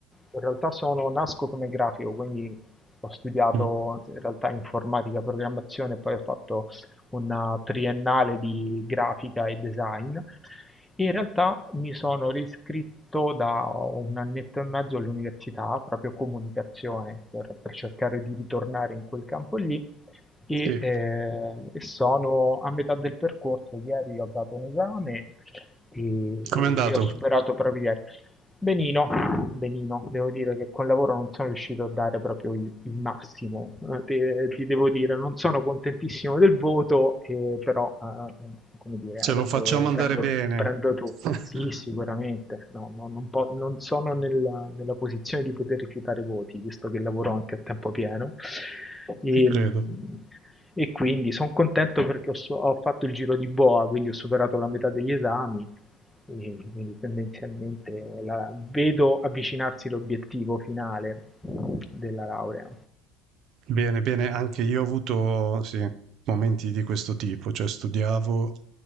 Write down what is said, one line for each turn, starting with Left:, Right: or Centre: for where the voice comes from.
Centre: in realtà sono, nasco come grafico, quindi ho studiato
Right: Mm,
Centre: in realtà informatica, programmazione, poi ho fatto una triennale di grafica e design. E in realtà mi sono riscritto da un annetto e mezzo all'università, proprio comunicazione, per, per cercare di ritornare in quel campo lì e,
Right: Sì.
Centre: eh, e sono a metà del percorso. Ieri ho dato un esame e,
Right: Com'è andato?
Centre: e ho superato proprio ieri. Benino, benino, devo dire che col lavoro non sono riuscito a dare proprio il, il massimo, eh, te- ti devo dire, non sono contentissimo del voto, eh, però eh, eh, come dire,
Right: Ce
Centre: adesso
Right: lo facciamo andare
Centre: prendo,
Right: bene.
Centre: prendo tu.
Right: <laughs>
Centre: Sì, sicuramente, no, no, non, po- non sono nella, nella posizione di poter rifiutare voti, visto che lavoro anche a tempo pieno. E,
Right: Ci credo.
Centre: mm, e quindi sono contento perché ho, so- ho fatto il giro di boa, quindi ho superato la metà degli esami quindi quindi tendenzialmente la- vedo avvicinarsi l'obiettivo finale della laurea.
Right: Bene, bene, anche io ho avuto sì, momenti di questo tipo, cioè studiavo